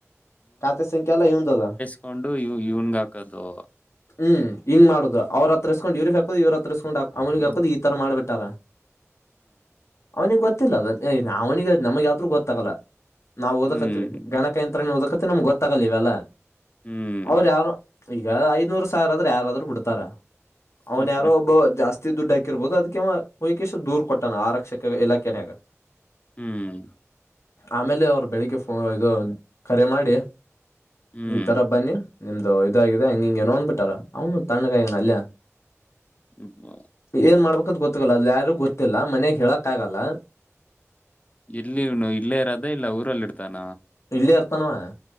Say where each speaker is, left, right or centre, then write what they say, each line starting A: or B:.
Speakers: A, on the left (about 60°); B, on the left (about 25°).
A: ಖಾತೆ ಸಂಖ್ಯೆ ಎಲ್ಲ ಇವನಂದು ಅದ.
B: ಹಕೊಂಡು ಇ ಇವ್ಗ ಹಾಕದು.
A: ಹ್ಮ್ ಹಿಂಗ ಮಾಡುದು ಅವ್ರ ಹತ್ರಸ್ಕೊಂಡ್ ಇವ್ರ ಹಾಕೋದು ಇವ್ರ ಹತ್ರ ಇಸ್ಕೊಂಡ್ ಅವನಿಗೆ
B: ಹ್ಮ್
A: ಹಾಕದು ಈ ತರ ಮಾಡ್ಬಿಟ್ಟಾರ. ಅವನಿಗೆ ಗೊತ್ತಿಲ್ಲ ಅವನಿಗೆ ನಮಗೆ ಹೇಳಿದ್ರು ಗೊತ್ತಾಗಲ್ಲ ನಾವು ಓದಕತ್ತವಿ
B: ಹ್ಮ್
A: ಗಣ. ಯಂತ್ರನು ಓದಕಕತೀವಿ ನಮ್ಗೆ ಗೊತ್ತಾಗಲ್ಲ ಇವೆಲ್ಲ
B: ಹ್ಮ್
A: ಅವ್ರ ಯಾರ ಈಗ. ನೂರು ಸಾವಿರ ಆದ್ರ ಯಾರಾದ್ರರು ಬಿಡ್ತಾರ ಅವ್ನ್
B: ಹ್ಮ್
A: ಯಾರೋ ಒಬ್ಬ ಜಾಸ್ತಿ. ದುಡ್ಡು ಹಾಕಿರ್ಬೋದು ಅದಕೆ ಅವ ವೈಕೇಶ್ ದೂರ ಕೊಟ್ಟೋನ ಆರಕ್ಷಕ ಇಲಾಖೆಗೆ.
B: ಹ್ಮ್.
A: ಆಮೇಲೆ ಅವ್ರು ಬೆಳಿಗ್ಗೆ ಫೋನ್ ಇದು ಕರೆ ಮಾಡಿ.
B: ಹ್ಮ್
A: ಈತರ ಬನ್ನಿ ನಿಮ್ದು ಇದಾಗಿದೆ ಹಂಗಿಂಗಗೆ ನೋ ಅಂದ್ಬಿಟ್ಟಾರ ಅವನು ತಣ್ಣಗಾಯನಾ ಅಲ್ಲೇನೇ
B: ಹ್ಮ್
A: ಏನ್ ಮಾಡ್ಬೇಕಂತ ಗೊತ್ತಾಗಲ್ಲ ಅದು ಯಾರು ಗೊತ್ತಿಲ್ಲ ಮನ್ಯಾಗ ಹೇಳಕ್ ಆಗಲ್ಲ.
B: ಎಲ್ಲಿನು ಇಲ್ಲೇ ಇರೋದ ಇಲ್ಲ ಊರಲ್ಲಿ ಇರ್ತಾನ.
A: ಇಲ್ಲೇ ಇರ್ತಾವನ.